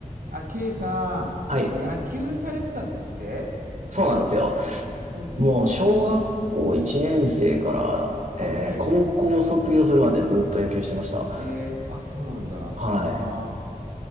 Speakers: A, on the right; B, on the right.
A: あ、ケイさん、
B: はい。
A: 野球されてたんですって
B: そうなんですよ。
A: うん。
B: もう小学校1年生から、えー高校卒業するまでずっと野球してました。
A: あ、本当に。えー、あ、そうなんだ。ああ、
B: はい。